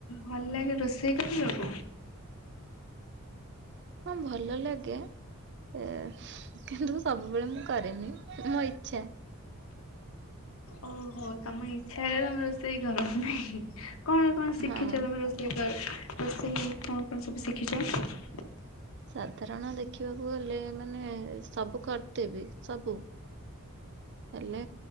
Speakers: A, on the left; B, on the right.
A: ଭଲ ଲାଗେ ରୋଷେଇ କରିବାକୁ?
B: ହଁ ଭଲ ଲାଗେ। ଏ କିନ୍ତୁ ମୁଁ ସବୁବେଳେ ମୁଁ କରେନି ମୋ ଇଚ୍ଛା।
A: ଓହୋ ତମ ଇଚ୍ଛା ହେଲେ ତମେ ରୋଷେଇ କର ନାହିଁ? କଣ କଣ ଶିଖିଛ
B: ହଁ।
A: ତମେ ରୋଷେଇ କହି ରୋଷେଇ କଣ କଣ ସବୁ ଶିଖିଛ?
B: ସାଧାରଣ ଦେଖିବାକୁ ଗଲେ ମାନେ ସବୁ କରିଦେବି ସବୁ। ହେଲେ